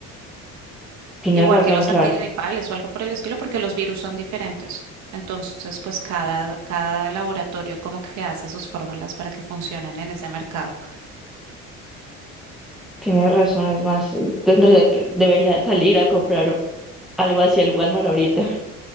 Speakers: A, in the centre; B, on the right.
A: Tienes
B: Igual
A: razón,
B: que los
A: claro.
B: antigripales o algo por el estilo, porque los virus son diferentes. Entonces, pues cada, cada laboratorio como que hace sus fórmulas para que funcionen en ese mercado.
A: Tienes razón, es más, tendría que, debería salir a comprar algo hacia el Walmart ahorita. <laughs>